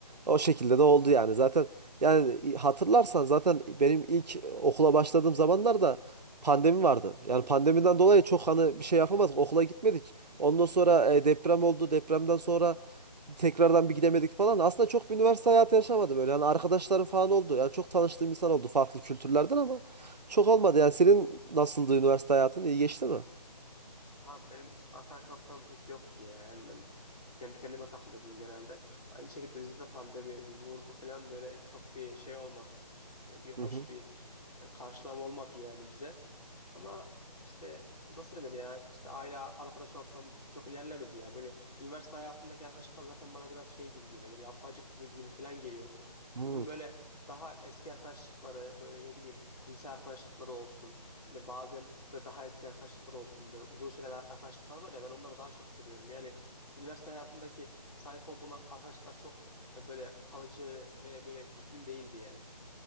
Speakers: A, on the right; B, on the left.
A: O şekilde de oldu yani. Zaten yani hatırlarsan zaten benim ilk okula başladığım zamanlarda pandemi vardı. Yani pandemiden dolayı çok hani bir şey yapamadık. Okula gitmedik. Ondan sonra e, deprem oldu. Depremden sonra tekrardan bir gidemedik falan. Aslında çok bir üniversite hayatı yaşamadım öyle. Yani arkadaşlarım falan oldu. Yani çok tanıştığım insan oldu farklı kültürlerden ama çok olmadı. Yani senin nasıldı üniversite hayatın? İyi geçti mi?
B: Abi benim arkadaş ortamım pek yoktu ya. Yani ben Kendi kendime takılıyordum genelde. Aynı şekilde bizde de pandemi bir vurdu falan böyle çok bir şey olmadı. E, Bir hoş
A: Hı hı.
B: bir e, karşılama olmadı yani bize. Ama işte nasıl denir ya işte aile arkadaş ortamı çok ilerlemedi ya. Böyle üniversite hayatındaki arkadaşlıklar zaten bana biraz şey gibi geliyor. Böyle yapmacık gibi, gibi falan geliyordu.
A: Hmm.
B: Ben böyle daha eski arkadaşlıkları böyle ne bileyim lise arkadaşlıkları olsun. Hani bazen böyle daha eski arkadaşlıklar olsun böyle uzun süreler arkadaşlıklar var ya ben onları daha çok seviyorum. Yani üniversite hayatındaki sahip olduğum arkadaşlar çok e, böyle kalıcı ve böyle düzgün değildi yani.